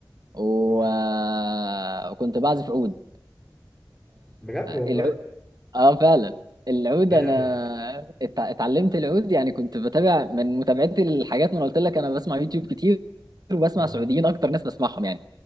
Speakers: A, on the right (about 60°); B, in the centre.
A: و...
B: اوف
A: آه، وكنت بعزف عود
B: بجد والله
A: العود اه فعلا العود
B: جامد
A: انا ات- اتعلمت العود يعني كنت بتابع من متابعتي الحاجات ما انا قلت لك انا بسمع يوتيوب كتير وبسمع
B: مم.
A: سعوديين اكتر ناس بسمعهم يعني